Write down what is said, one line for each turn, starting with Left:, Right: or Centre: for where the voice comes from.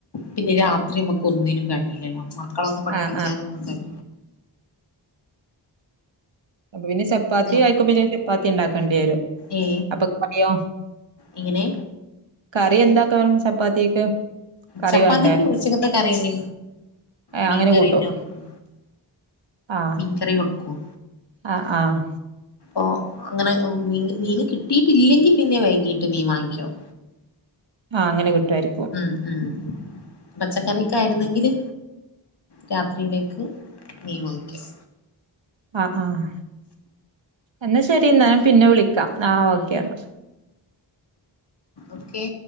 Left: പിന്നെ രാത്രി മ്മക്ക് ഒന്നിനും കഴിയില്ലല്ലോ മക്കളൊന്ന് പഠിപ്പിച്ചാനൊന്നും
Right: ആഹ് ആഹ്
Left: കഴി
Right: അപ്പൊ പിന്ന സത് <unintelligible> ചപ്പാത്തി
Left: ആ,
Right: കഴിക്കും പിന്നൊരു ചപ്പാത്തി ഉണ്ടാക്കേണ്ടേരും
Left: ഏ
Right: അപ്പൊ കറിയോ
Left: ഇങ്ങനെ
Right: കറി എന്താക്കാ രം ചപ്പാത്തിക്ക് കറി
Left: ചപ്പാത്തിക്കു
Right: വേണ്ടേ?
Left: ഉച്ചക്കത്തെ കറിയന്നെ
Right: ഏ
Left: മീൻകറി
Right: അങ്ങനെ കൂട്ടും
Left: ഉണ്ടാവും
Right: ആഹ്
Left: മീൻകറി കൊടുക്കും
Right: ആഹ് ആഹ്
Left: ഓഹ് ഇങ്ങനെ മീന് മീന് കിട്ടിയിട്ടില്ലെങ്കി പിന്നെ വൈകീട്ട് മീൻ വാങ്ങിക്കും
Right: ആഹ് അങ്ങനെ കിട്ടായിരിക്കും
Left: ഉം ഉം പച്ചക്കറൊക്കെ ആയിരുന്നെങ്കില് രാത്രിയിലേ ക്ക്‌ മീ വാങ്ങിക്കും
Right: ആഹ് ആഹ് എന്നാ ശരി എന്നാ ഞാൻ പിന്നെ വിളിക്കാം ആഹ് ഓക്കെ ന്നാ
Left: ഓക്കെ